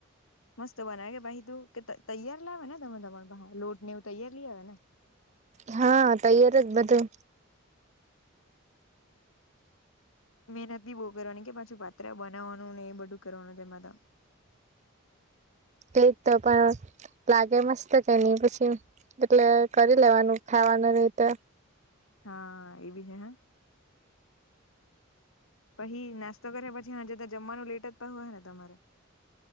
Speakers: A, on the left; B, on the right.
A: મસ્ત બનાવે. કે, ભાઈ, તું તૈયાર લાવે ને? તમે પાત્રનો લોટ ને એવું તૈયાર લઈ આવે ને.
B: હા, તૈયાર જ બધું.
A: મહેનત પણ બહુ કરવાની. પછી પાત્ર બનાવવાનું ને એ બધું કરવાનું તેમાં.
B: એ જ તો, પણ લાગે મસ્ત. કે નહીં, પછી? એટલે કરી લેવાનું, ખાવાના રીતે.
A: હા એ બી છે હ પછી નાસ્તો કરે, પછી જમવાનું લેટ થતું હોય, હા ને, તમારે.